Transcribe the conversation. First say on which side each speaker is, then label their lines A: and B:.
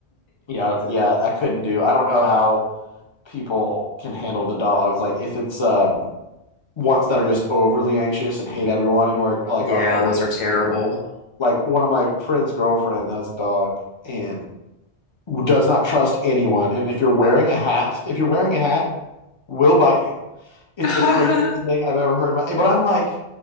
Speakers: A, on the left; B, on the left.
A: Yeah, it's- yeah, I couldn't do. I don't know how people can handle the dogs. Like if it's um ones that are just overly anxious and hate everyone and were like
B: Yeah,
A: are always
B: those are terrible.
A: like, you know, like one of my friend's girlfriend has a dog and does not trust anyone. And if you're wearing a hat, if you're wearing a hat, will bite you. It's
B: <laughs>
A: the craziest thing I've ever heard. My, but I'm like,